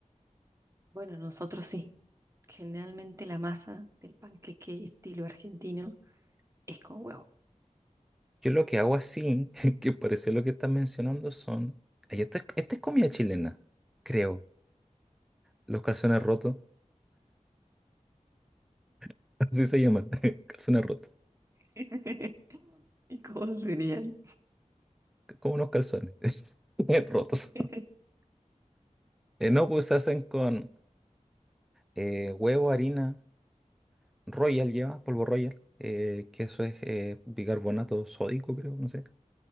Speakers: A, on the right (about 20°); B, in the centre.
A: Bueno, nosotros sí, generalmente la masa del panqueque estilo argentino es con huevo.
B: Yo lo que hago así, <laughs> que pareció lo que estás mencionando, son. Ay, Esta es, esta es comida chilena, creo. Los calzones rotos, <laughs> así se llaman. <laughs> Calzones rotos.
A: <laughs> ¿Y cómo serían?
B: Como unos calzones. <laughs> Rotos.
A: <laughs>
B: Eh, no, pues se hacen con. eh, huevo, harina, royal lleva, polvo royal, eh, que eso es eh, bicarbonato sódico, creo, no sé,